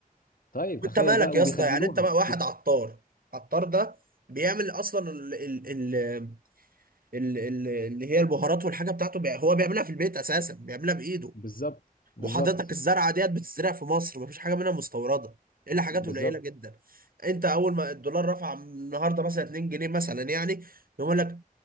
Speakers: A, on the left; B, on the right.
A: طيب تخيل
B: انت مالك
A: بقى
B: يا
A: وبيخزنوها
B: اسطى يعني انت بقى واحد
A: وب-
B: عطار عطار ده بيعمل اصلا ال ال ال ال ال اللي هي البهارات والحاجه بتاعته بي- هو بيعملها في البيت اساسا بيعملها بايده
A: بالظبط بالظبط
B: وحضرتك الزرعه ديت بتزرع في مصر مفيش حاجه منها مستورده الا حاجات
A: بالظبط
B: قليله جدا انت اول ما الدولار رفع النهارده مثلا 2 جنيه مثلا يعني يقول لك